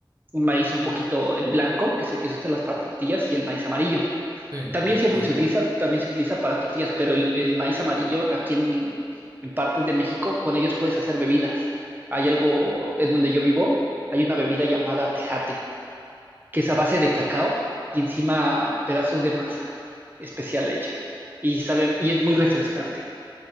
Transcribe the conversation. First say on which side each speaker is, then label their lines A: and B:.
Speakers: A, on the right (about 25°); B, on the right (about 50°).
A: un maíz un poquito, el blanco, que es el que se usa en las para tortillas, y el maíz amarillo.
B: Sí,
A: También
B: el amarillo.
A: se, se utiliza, también se utiliza para tortillas, pero el, el maíz amarillo aquí en, en partes de México, con ellos puedes hacer bebidas. Hay algo en donde yo vivo, hay una bebida llamada tejate, que es a base de cacao y encima pedazos de masa especial hecha. Y sabe, y es muy refrescante.